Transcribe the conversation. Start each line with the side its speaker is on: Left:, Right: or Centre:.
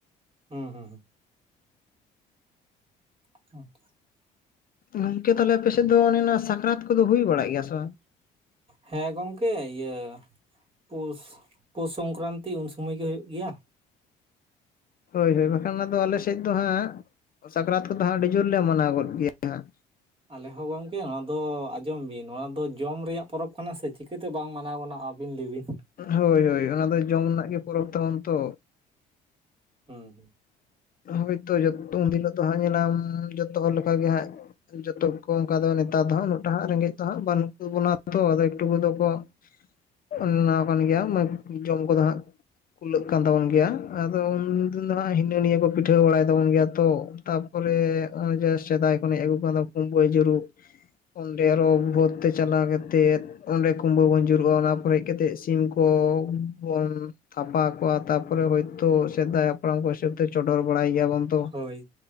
Right: ᱦᱩᱸ ᱦᱩᱸ ᱦᱩᱸ᱾ <unintelligible>
Left: ᱜᱚᱝᱠᱮ ᱛᱟᱦᱚᱞᱮ ᱟᱯᱮ ᱥᱮᱫ ᱫᱚ ᱚᱱᱮ ᱚᱱᱟ ᱥᱟᱠᱨᱟᱛ ᱠᱚᱫᱚ ᱦᱩᱭ ᱵᱟᱲᱟᱜ ᱜᱮᱭᱟ ᱥᱮ ᱵᱟᱝ?
Right: ᱦᱮᱸ ᱜᱚᱝᱠᱮ ᱤᱭᱟᱹ ᱯᱳᱥ ᱯᱳᱥ ᱥᱚᱝᱠᱨᱟᱱᱛᱤ ᱩᱱ ᱥᱩᱢᱚᱭ ᱜᱮ ᱦᱩᱭᱩᱜ ᱜᱮᱭᱟ।
Left: ᱦᱳᱭ ᱦᱳᱭ ᱵᱟᱠᱷᱟᱱ ᱚᱱᱟ ᱫᱚ ᱟᱞᱮ ᱥᱮᱫ ᱫᱚ ᱦᱟᱸᱜ ᱥᱟᱠᱨᱟᱛ ᱠᱚᱫᱚ ᱦᱟᱸᱜ ᱟᱹᱰᱤ ᱡᱳᱨᱞᱮ ᱢᱟᱱᱟᱣ ᱜᱚᱫ ᱜᱮᱭᱟ ᱦᱟᱜ।
Right: ᱟᱞᱮ ᱦᱚᱸ ᱜᱚᱝᱠᱮ ᱱᱚᱣᱟ ᱫᱚ ᱟᱸᱡᱚᱢ ᱵᱤᱱ ᱱᱚᱣᱟ ᱫᱚ ᱡᱚᱢ ᱨᱮᱭᱟᱜ ᱯᱚᱨᱚᱵᱽ ᱠᱟᱱᱟ ᱥᱮ ᱪᱤᱠᱟᱹᱛᱮ ᱵᱟᱝ ᱢᱟᱱᱟᱣ ᱜᱟᱚᱜ-ᱟᱹᱵᱤᱱ ᱞᱟᱹᱭ ᱵᱤᱱ?
Left: ᱦᱳᱭ ᱦᱳᱭ ᱚᱱᱟ ᱫᱚ ᱡᱚᱢ ᱨᱮᱱᱟᱜ ᱜᱮ ᱯᱚᱨᱚᱵᱽ ᱛᱟᱵᱚᱱ ᱛᱚ᱾
Right: ᱦᱩᱸ ᱦᱩᱸ᱾
Left: ᱦᱳᱭᱛᱚ ᱡᱚᱛᱚ ᱩᱱ ᱦᱤᱞᱳᱜ ᱫᱚ ᱦᱟᱸᱜ ᱧᱮᱞᱟᱢ ᱡᱚᱛᱚ ᱦᱚᱲ ᱞᱮᱠᱟᱜᱮ ᱦᱟᱸᱜ ᱡᱚᱛᱚ ᱠᱚ ᱚᱝᱠᱟ ᱫᱚ ᱱᱮᱛᱟᱨ ᱫᱚ ᱦᱟᱸᱜ ᱩᱱᱟᱹᱜᱴᱟ ᱨᱮᱸᱜᱮᱡ ᱫᱚ ᱦᱟᱸᱜ ᱵᱟᱹᱱᱩᱜ ᱛᱟᱵᱚᱱᱟ ᱛᱚ᱾ ᱟᱫᱚ ᱮᱠᱴᱩ ᱠᱚᱫᱚ ᱠᱚ ᱵᱮᱱᱟᱣ ᱟᱠᱟᱱ ᱜᱮᱭᱟ, ᱢᱟ ᱡᱚᱢ ᱠᱚᱫᱚ ᱦᱟᱸᱜ ᱠᱩᱞᱟᱹᱜ ᱠᱟᱱ ᱛᱟᱵᱚᱱ ᱜᱮᱭᱟ᱾ ᱟᱫᱚ ᱩᱱᱫᱤᱱ ᱫᱚ ᱦᱟᱸᱜ ᱦᱤᱱᱟᱹ ᱱᱤᱭᱟᱹ ᱠᱚ ᱯᱤᱴᱷᱟᱹ ᱵᱟᱲᱟᱭ ᱛᱟᱵᱚᱱ ᱜᱮᱭᱟ ᱛᱚ᱾ ᱛᱟᱯᱚᱨᱮ ᱢᱟᱦᱟᱸ ᱥᱮᱫᱟᱭ ᱠᱷᱚᱱ ᱦᱮᱡ ᱟᱹᱜᱩ ᱠᱟᱱᱟ ᱚᱱᱟᱫᱚ ᱠᱩᱢᱵᱟᱹ ᱡᱩᱨᱩᱜ᱾ ᱚᱸᱰᱮ ᱟᱨᱚ ᱵᱷᱤᱨ ᱛᱮ ᱪᱟᱞᱟᱣ ᱠᱟᱛᱮᱫ᱾ ᱚᱸᱰᱮ ᱠᱩᱢᱵᱟᱹ ᱵᱚᱱ ᱡᱩᱨᱩᱜᱼᱟ ᱚᱱᱟ ᱯᱚᱨᱮ ᱦᱮᱡ ᱠᱟᱛᱮ ᱥᱤᱢ ᱠᱚ ᱵᱚᱱ ᱛᱷᱟᱯᱟ ᱟᱠᱚᱣᱟ᱾ ᱛᱟᱯᱚᱨᱮ ᱦᱳᱭᱛᱳ ᱥᱮᱫᱟᱭ ᱦᱟᱯᱲᱟᱢ ᱠᱚ ᱦᱤᱥᱟᱹᱵᱽ ᱛᱮ ᱪᱚᱰᱚᱨ ᱵᱟᱲᱟᱭ ᱜᱮᱭᱟᱵᱚᱱ᱾ ᱛᱚ
Right: ᱦᱳᱭ,